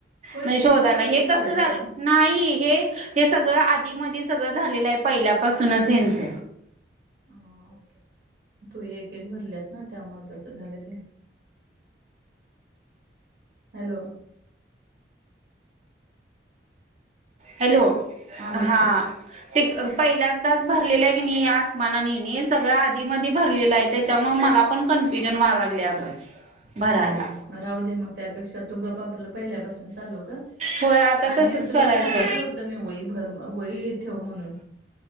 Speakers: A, on the right; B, on the right.
A: होयच
B: म्हणजे
A: की
B: शोधाय
A: मग तसच
B: हे
A: भरायचं
B: कस झाल नाही हे हे सगळं आधीमधी सगळं झालेलं आहे पहिल्यापासूनच हेंच
A: ह तू एक एक भरल्यास ना त्यामु तसं झाल ते हॅलो
B: हॅलो
A: हा
B: हां
A: बोल की
B: ते पहिल्यांदाच भरलेलं आहे की नाही या आसमानाने नाही सगळं आधी मधी भरलेलं आहे त्याच्यामुळे मला पण कन्फ्युजन व्हा लागले अगं भरायला
A: हम्म राहू दे मग त्यापेक्षा तू गप आपला पहिल्यापासून चालू कर
B: होय आता
A: आणि
B: तसच
A: तुला
B: करायचं
A: सांगितलं होतं मी वई भर वई ठेव म्हणून